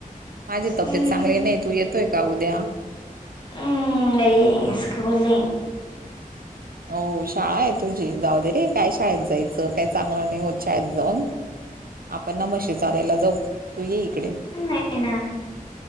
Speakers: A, on the right; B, on the left.
A: माझी तब्येत
B: हम्म
A: चांगली नाही तू येतोय का उद्या?
B: हम्म नाई स्कूलय
A: हो शाळा आहे तुझी जावूदेरे काय शाळेत जायचं काय चांगलं नाही होत शाळेत जाऊन आपण ना म्हशी चारायला जाऊ तू ये इकडे
B: नाही ना